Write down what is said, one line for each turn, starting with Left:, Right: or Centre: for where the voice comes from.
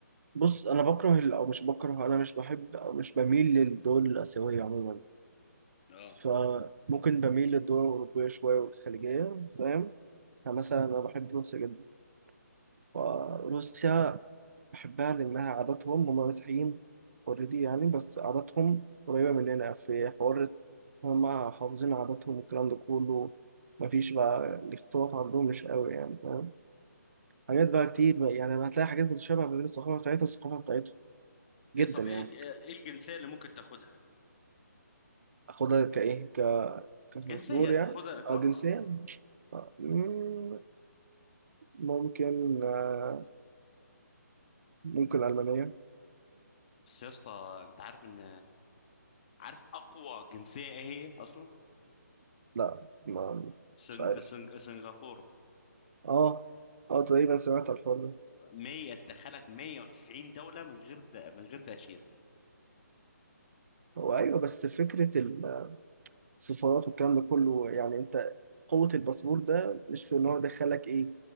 Right: بص انا بكره ال- او مش بكره انا مش بحب او مش بميل للدول الاسيويه عموما
Left: اه
Right: فممكن بميل للدول الاوروبيه شويه والخليجيه فاهم يعني مثلا انا بحب روسيا جدا فروسيا بحبها لأنها عاداتهم هم مسيحيين اوريدي يعني بس عاداتهم قريبة مننا في حوار هم حافظين عاداتهم والكلام ده كله مفيش بقى الاختلاط عندهم مش قوي يعني فاهم حاجات بقى
Left: ب-
Right: كتير بقى يعني هتلاقي حاجات متشابهة ما بين الثقافة بتاعتها والثقافة بتاعتهم جدا
Left: إيه طب
Right: يعني
Left: ايه ايه الجنسية اللي ممكن تاخدها يعني
Right: أخدها كإيه ك- كباسبور
Left: جنسية تاخدها
Right: يعني
Left: اه
Right: أه جنسية
Left: بس
Right: آه، مم، ممكن آه، ممكن ألمانية
Left: بس يا اسطى انت عارف ان عارف اقوى جنسية ايه هي اصلا
Right: لا ما
Left: سنغ...
Right: مش عارف
Left: سنغ... سنغافورة
Right: اه اه تقريبا سمعت الحوار ده
Left: 100 تدخلك 190 دولة من غير د... من غير تأشيرة
Right: هو ايوه بس فكره ال سفارات والكلام ده كله يعني انت قوة الباسبور ده مش في ان هو يدخلك ايه